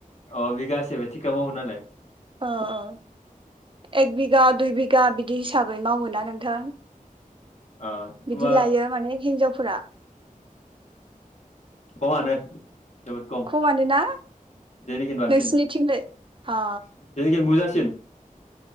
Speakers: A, on the left (about 50°); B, on the right (about 35°).
A: अ बिगासे टिखा मावो नालाय।
B: अ अ एक बिगा दुइ बिगा बिदि हिसाबै मावो ना नोंथां।
A: ओ होमबा
B: बिदि लायो माने हिनजावफोरा।
A: खममानो। जोबोद खम
B: खमानोना
A: जोंंनिखै बांसिन
B: नोंसिनिथिंलाय
A: जोंनिखै
B: अ
A: बुरजा। <inaudible>